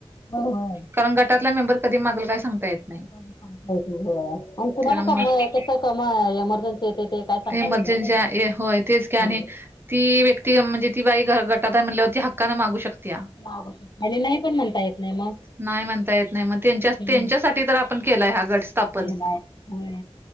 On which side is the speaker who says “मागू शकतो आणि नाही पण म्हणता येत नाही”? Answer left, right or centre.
Left